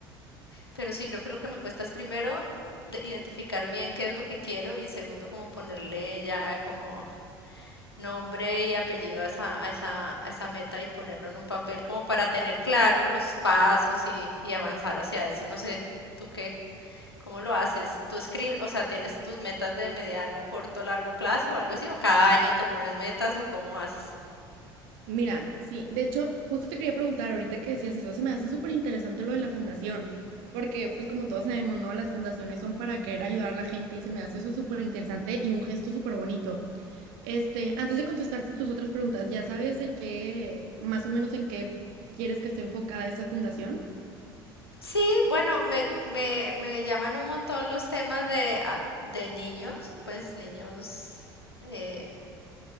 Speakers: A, on the left (about 85°); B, on the right (about 60°).
A: pero sí creo que lo que me cuesta es primero de- identificar bien qué es lo que quiero y segundo como ponerle ya como nombre y apellido a esa, a esa, a esa meta y ponerlo en un papel como para tener claro los pasos y, y avanzar hacia eso. No sé, ¿tú qué? ¿Cómo lo haces? ¿Tú escribes, o sea, tienes tus metas de mediano, corto, largo plazo o algo así? ¿O cada año te pones metas o cómo haces?
B: Mira, sí, de hecho, justo te quería preguntar ahorita que decías eso, se me hace súper interesante lo de la fundación, porque pues como todos sabemos, ¿no? Las fundaciones son para querer ayudar a la gente y se me hace eso súper interesante y un gesto súper bonito. Este, antes de contestarte tus otras preguntas, ¿ya sabes de qué, más o menos en qué quieres que esté enfocada esa fundación?
A: Sí, bueno, me, me, me llaman un montón los temas de, ah, de niños, pues niños, eh,